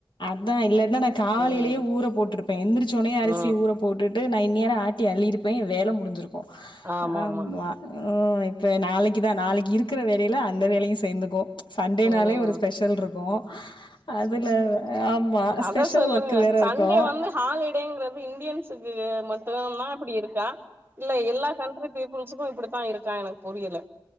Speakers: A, on the left; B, on the right.
A: அதா இல்ல ஏன்னா நா காலையிலயே
B: ம்
A: ஊற போட்டுருப்பே எந்திரிச்ச உனயே அரிசி
B: ம்
A: ஊர போட்டுட் டு நா இந்நேரோ ஆட்டி அள்ளிருப்பே ஏ வேலை முடிஞ்சிருக் கு
B: ஆமாமா
A: ஆமா ஓ இப்ப நாளைக்குதா நாளைக்கு இருக்கிற வேலையில அந்த வேலையு சேர்ந்துக்கு சண்டேனாலே
B: ம்
A: ஒரு ஸ்பெஷல்ருக்கு அதுல ஆமா.
B: அத
A: ஸ்பெஷல்
B: சொல்லுங்க
A: ஒர்க் வேற
B: சண்டே
A: இருக்கும்.
B: வந்து ஹாலிடேங்கிறது இந்தியா கு மட்டும்தா இப்படி இருக்கா இல்ல எல்லா கண்ட்ரி பீப்புள்ஸ் கு இப்பிடித்தா இருக்கா எனக்கு புரியல